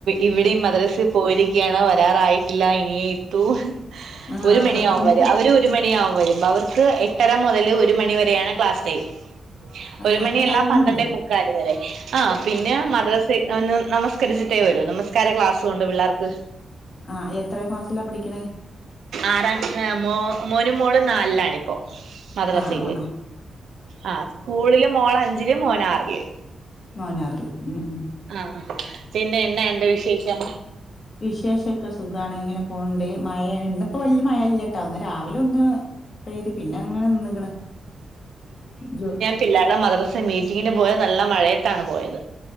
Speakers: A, on the right (about 80°); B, on the left (about 55°).
A: ഇവിടെയും മദ്രസ് പോരിക്കയാണ് വരാറായിട്ടില്ല ഇനി ഇത്തൂ
B: ആഹ്
A: ഒരു മണിയവും
B: പത്ത് മണിക്ക്
A: വരാ അവര് ഒരു മണിയാവും വരുമ്പ അവർക്ക് എട്ടര മുതല് ഒരു മണിവരെയാണ് ക്ലാസ്ടൈം ഒരു
B: ആഹ്
A: മണിയെല്ല
B: അപ്പൊ ടൈമുണ്ട്
A: പന്ത്രണ്ടേ മുക്കാല് വരെ ആഹ് പിന്നെ മദ്ര ഒന്ന് നമസ്കരിച്ചട്ടേ വരൂ ന കാര ക്ലാസുണ്ട് പിള്ളേർക്ക്
B: ആഹ് എത്ര ക്ലാസ്സിലാ പഠിക്കണേ
A: ആറാ മോ മോനും മോളും നാലിലാണ്. പ്പോ മദ്രസയില്
B: ആഹ് ആഹ്
A: ആഹ് സ്കൂളില് മോള അഞ്ചില് മോനാറില്
B: മോനാറിൽ മ്ം മ്മ്
A: ആഹ് പിന്നെ എന്ന ഉണ്ട് വിശേഷം?
B: വിശേഷൊക്കെ സുഖമാണ് ഇങ്ങനെ പോണ്ട് മഴ ഇന്നിപ്പോ വലിയ മഴ ഇല്ലട്ടാ ഒന്ന് രാവിലെ ഒന്ന്- പെയ്ത് പിന്നങ്ങനെ നിന്ക്കണ് <unintelligible>
A: പിള്ളാര്ടെ മദ്രസേ മീറ്റിങ്ങിന് പോയത് നല്ല മഴയത്താണ് പോയത്.